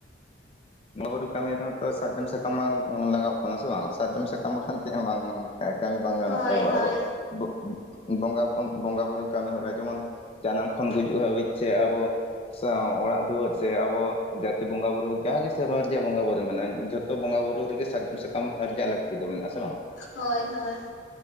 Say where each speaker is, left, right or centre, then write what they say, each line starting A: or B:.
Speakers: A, on the left (about 30°); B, on the left (about 90°).
A: ᱵᱚᱸᱜᱟ ᱵᱩᱨᱩ ᱠᱟᱢᱤ ᱨᱮᱦᱚᱸ ᱛᱚ ᱥᱟᱨᱡᱚᱢ ᱥᱟᱠᱟᱢ ᱢᱟ ᱚᱸ ᱞᱟᱜᱟᱣᱚᱜ ᱠᱟᱱᱟ ᱥᱮ ᱵᱟᱝ ᱥᱟᱨᱡᱚᱢ ᱥᱟᱠᱟᱢ ᱵᱟᱠᱷᱟᱱ ᱪᱮᱫ ᱦᱚᱸ ᱵᱟᱝ ᱟ ᱠᱟᱢᱤ ᱵᱟᱝ ᱜᱟᱱᱚᱜ
B: ᱦᱳᱭ
A: ᱛᱟᱵᱚ
B: ᱦᱳᱭ
A: ᱟᱵᱚ ᱟ ᱵᱚ ᱵᱚᱸᱜᱟ ᱚᱸ ᱵᱩ᱾ ᱡᱟᱱᱟᱢ ᱠᱷᱚᱱ ᱜᱩᱡᱩᱜ ᱦᱟᱹᱵᱤᱡ ᱥᱮ ᱟᱵᱚ᱾ ᱥᱮ ᱚᱲᱟᱜ ᱫᱩᱣᱟᱹᱨ ᱥᱮ ᱟᱵᱚ ᱡᱟᱛᱤ ᱵᱚᱸᱜᱟ ᱵᱩᱨᱩ ᱡᱟᱜᱮ ᱥᱮᱨᱣᱟ ᱨᱮᱭᱟᱜ ᱵᱚᱸᱜᱟ ᱵᱳᱩᱨᱩᱳ ᱢᱮᱱᱟᱜᱼᱟ ᱡᱷᱚᱛᱚ ᱵᱚᱸᱜᱟ ᱵᱳᱩᱨᱩ ᱨᱮᱜᱮ ᱥᱟᱨᱡᱚᱢ ᱥᱟᱠᱟᱢ ᱨᱮᱭᱟᱜ ᱞᱟᱹᱠᱛᱤ ᱫᱚ ᱢᱮᱱᱟᱜᱼᱟ ᱥᱮ ᱵᱟᱝ?
B: ᱦᱳᱭ ᱦᱳᱭ